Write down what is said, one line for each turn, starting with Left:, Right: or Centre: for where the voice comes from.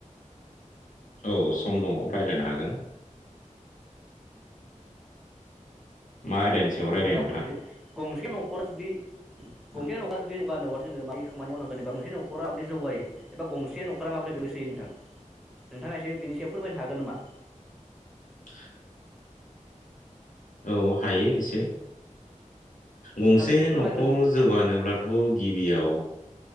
Left: औ सम दङ' रायलायनो हागोन। मा आयदानि
Centre: ओम
Left: सायाव रायज्लायनो
Centre: जोंङो आवगायनोसै गंसे न'खरा जुदि,
Left: नोंथाङा
Centre: गंसे न'खरा जुदि जौगानोबाथ'। जोङो मानि खामानि मावनांगोन बे बांसिन न'खराबोदि जौगायो एबा गसे नख'रा माबोरै गोग्लैसोयो नोंथां? नोंथाङा एसे बेनि सायाव फोरमायनो हागोन नामा?
Left: <unintelligible> औ हायो एसे। गंसे
Centre: नोंथांखौ एसे फोरमायग्रो
Left: न'खर जौगानोब्लाथ' गिबियाव